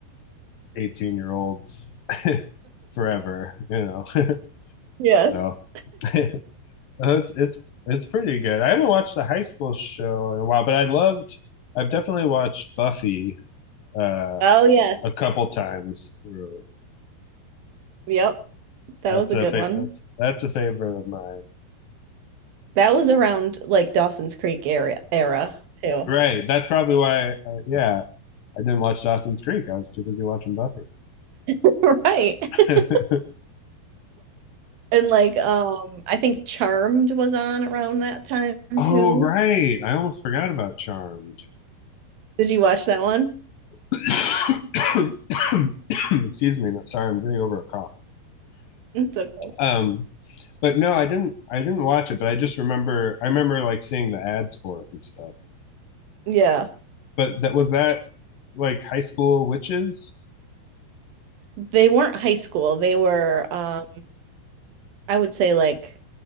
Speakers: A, on the left (about 65°); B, on the right (about 65°).
A: eighteen year olds forever. You
B: Yes.
A: know, <laughs> so <laughs> Oh, It's it's it's pretty good. I haven't watched the high school show in a while, but I loved. I've definitely watched Buffy uh,
B: Oh, yes.
A: a couple times through.
B: Yep. That
A: That's
B: was a
A: a
B: good
A: fa
B: one.
A: that's that's a favorite of mine.
B: That was around like Dawson's Creek area era too.
A: Right. That's probably why. Uh, yeah, I didn't watch Dawson's Creek. I was too busy watching Buffy.
B: <laughs> Right.
A: <laughs>
B: <laughs> And like um I think Charmed was on around that time
A: Oh,
B: too.
A: right. I almost forgot about Charmed.
B: Did you watch that one?
A: <coughs> Excuse me. no- Sorry, I'm getting over a cough.
B: It's okay.
A: Um, But no, I didn't I didn't watch it, but I just remember I remember like seeing the ads for it and stuff.
B: Yeah.
A: But that was that like high school witches? <clears throat>
B: They weren't high school. They were, um, I would say like